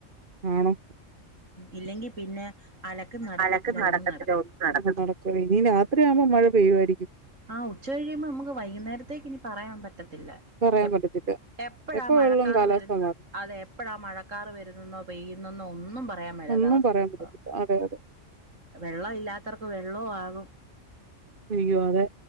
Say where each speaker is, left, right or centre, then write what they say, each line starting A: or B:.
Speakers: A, on the right (about 45°); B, on the right (about 80°).
A: ആണ്
B: ഇല്ലെങ്കി പിന്നെ അലക്കും നടക്കത്തില്ല
A: അലക്ക് നടക്കത്തില്ല
B: ഒന്നും
A: ഒന്നും നടക് കു ഇനിയും രാത്രി ആവുമ്പോ മഴ പെയ്യുവായിരിക്കും
B: ആഹ് ഉച്ച കഴിയുമ്പോ നമുക്ക് വൈകുന്നേരത്തേക്ക് ഇനി പറയാൻ പറ്റത്തില്ല
A: പറയാൻ
B: എപ്
A: പറ്റത്തില്ല.
B: എപ്പഴാ
A: എപ്പ
B: മഴക്കാർ
A: വെള്ളം കാലാവസ്ഥ
B: വരു
A: മാറും
B: അതെ എപ്പഴാ മഴക്കാർ വരുന്നെന്നോ പെയ്യുന്നെന്നോ ഒന്നും പറ റയാൻ മേലാത്ത
A: ഒന്നും
B: അവസ്ഥ
A: പറയാൻ
B: ഇപ്പൊ
A: പറ്റത്തില്ല. അതെ അതെ
B: വെള്ളം ഇല്ലാത്തർക്ക് വെള്ളവും ആകും.
A: അയ്യോ അതെ